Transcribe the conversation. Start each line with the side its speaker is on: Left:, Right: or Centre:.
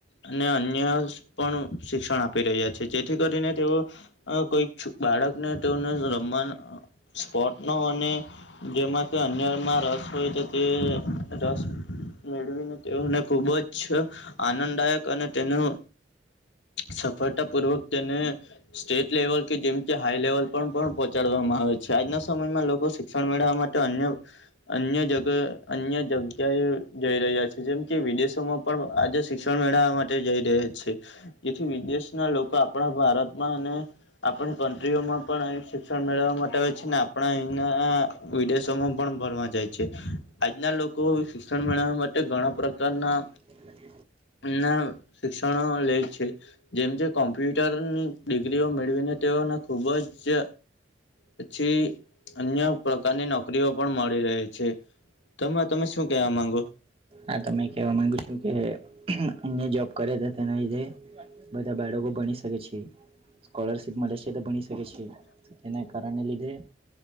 Left: અને અન્ય સ પણ અ પણ સી આપી રહ્યા છે જેથી કરીને તેઓ કોઈ છ બાળકને તેઓ ને રમવા ન સ્પોર્ટ નો અને જેમાં કે અન્યમાં રસ હોય તો તે રસ મેળવીને તેઓને ખુબ જ આનંદ દાયક અને તેનું સફળતા પૂર્વક તેને સ્ટેટ લેવલ કે જેમ કે હાઈ લેવલ પણ પણ પહોંચાડવામાં આવે છે આજના સમયમાં લોકો શિક્ષણ મેળવવા માટે અન્ય અન્ય જગ અન્ય જગ્યાએ જઈ રહ્યા છે જેમ કે વિદેશોમાં પણ આજે શિક્ષણ મેળવવા મા તે જઈ રહ્યા છે જેથી વિદેશના લોકો આપણા ભારતમાં અને આપણી કન્ટ્રીઓમાં પણ અ શિક્ષણ મેળવવા માટે છે ને આપણા અહીંના વિદેશોમાં પણ ભરવા જાય છે આજના લોકો શિક્ષણ મેળવવા માટે ઘણા પ્રકારના
Right: <inaudible>
Left: ના શિક્ષણો લે છે જેમ જે કોમ્પ્યુટરની ડિગ્રીઓ મેળવીને તેઓને ખૂબ જ પછી અન્ય પ્રકારની નોકરીઓ પણ મળી રહી છે તમે તમે શું કેવા માંગો
Right: આ તમે કહેવા માગુ છું કે અહીયા જોબ કરે છે તેના લીધે બધા બાળકો ભણી શકે છે સ્કોલરશીપ મળે છે તો ભણી શકે છે કારણ ના લીધે